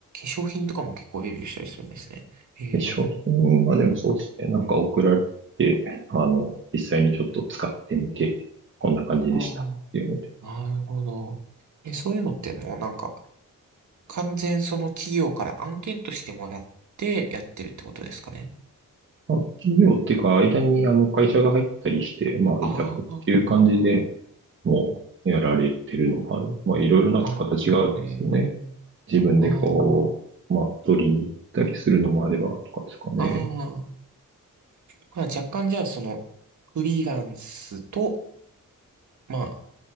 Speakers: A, on the right; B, on the right.
A: 粧品とかも結構レビューしたりするんですね。ええ、
B: 化粧品はでもそうですね。なんか送られてきて、あの、実際にちょっと使ってみて、こんな感じでしたっていうので。
A: ああ、なるほど。え、そういうのってもうなんか、完全その企業から案件としてもらってやってるってことですかね。
B: まあ、企業っていうか、間にあの会社が入ったりして、まあ、
A: あ
B: 委託っていう感じで
A: あ、
B: もうやられてるのもあるんで。まあ、いろいろなんか形があるんですよね。
A: なるほどね。
B: 自分でこう、
A: あ
B: まあ、取りに行ったりするのもあればとかですかね。
A: あ、ああ、まあ若干じゃあその、フリーランスと、まあ、